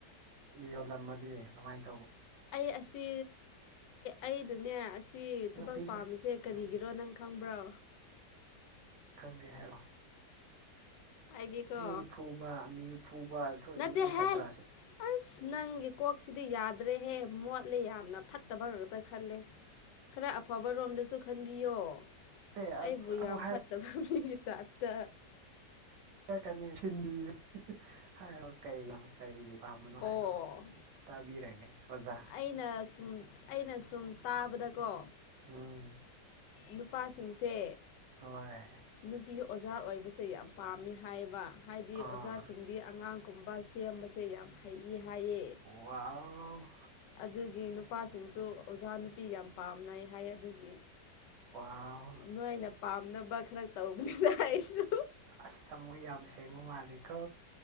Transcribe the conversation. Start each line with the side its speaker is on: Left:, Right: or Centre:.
Right: ꯌꯣꯜꯂꯝꯃꯗꯤ ꯀꯃꯥꯏꯅꯧ
Left: ꯑꯩ ꯑꯁꯤ ꯑꯩꯗꯅꯦ ꯁꯤ ꯊꯕꯛ
Right: ꯅꯨꯄꯤꯁꯤꯡ
Left: ꯄꯥꯝꯃꯤꯁꯦ ꯀꯔꯤꯒꯤꯔꯣ
Right: ꯎꯝ
Left: ꯅꯪ ꯈꯪꯕ꯭ꯔꯣ
Right: ꯈꯪꯗꯦ ꯍꯥꯏꯔꯣ
Left: ꯍꯥꯏꯒꯦꯀꯣ
Right: ꯃꯤ ꯐꯨꯕ ꯃꯤ ꯐꯨꯕ
Left: ꯅꯠꯇꯦꯍꯦ
Right: ꯅꯣꯏ ꯁꯥꯇ꯭ꯔꯥꯁꯦ
Left: ꯑꯁ ꯅꯪꯒꯤ ꯀꯣꯛꯁꯤꯗꯤ ꯌꯥꯗ꯭ꯔꯦꯍꯦ ꯃꯣꯠꯂꯦ ꯌꯥꯝꯅ ꯐꯠꯇꯕ ꯉꯥꯛꯇ ꯈꯜꯂꯦ ꯈꯔ ꯑꯐꯕ ꯔꯣꯝꯗꯁꯨ ꯈꯟꯕꯤꯌꯣ
Right: ꯑꯦ
Left: ꯑꯩꯕꯨ
Right: ꯑꯃꯨꯛ
Left: ꯌꯥꯝ ꯐꯠꯇꯕ ꯇꯇ <unintelligible> <inaudible>
Right: ꯍꯥꯏꯔꯛꯀꯅꯤ ꯁꯤꯟꯕꯤ ꯍꯥꯏꯔꯣ ꯀꯩꯅꯣ ꯀꯔꯤꯒꯤ ꯄꯥꯝꯕꯅꯣ
Left: ꯑꯣ
Right: ꯍꯥꯏꯔꯛꯣ ꯇꯥꯕꯤꯔꯒꯦ ꯑꯣꯖꯥ
Left: ꯑꯩꯅ ꯁꯨꯝ ꯑꯩꯅ ꯁꯨꯝ ꯇꯥꯕꯗꯀꯣ
Right: ꯎꯝ
Left: ꯅꯨꯄꯥꯁꯤꯡꯁꯦ
Right: ꯍꯣꯏ
Left: ꯅꯨꯄꯤ ꯑꯣꯖꯥ ꯑꯣꯏꯕꯁꯦ ꯌꯥꯝ ꯄꯥꯝꯃꯤ ꯍꯥꯏꯌꯦꯕ ꯍꯥꯏꯗꯤ
Right: ꯑꯥ
Left: ꯑꯣꯖꯥꯁꯤꯡꯗꯤ ꯑꯉꯥꯡ ꯒꯨꯝꯕ ꯁꯦꯝꯕꯁꯦ ꯌꯥꯝ ꯍꯩꯌꯦ ꯍꯥꯏꯌꯦ
Right: ꯋꯥꯎ
Left: ꯑꯗꯨꯒꯤ ꯅꯨꯄꯥꯁꯤꯡꯁꯨ ꯑꯣꯖꯥ ꯅꯨꯄꯤ ꯌꯥꯝ ꯄꯥꯝꯅꯩ ꯍꯥꯏ ꯑꯗꯨꯒꯤ
Right: ꯋꯥꯎ
Left: ꯅꯣꯏꯅ ꯄꯥꯝꯅꯕ ꯈꯔ ꯇꯧꯕꯅꯤꯅ ꯑꯩꯁꯨ
Right: ꯑꯁ ꯊꯃꯣꯏ ꯌꯥꯝ ꯁꯦꯡꯉꯨ ꯃꯥꯜꯂꯤꯀꯣ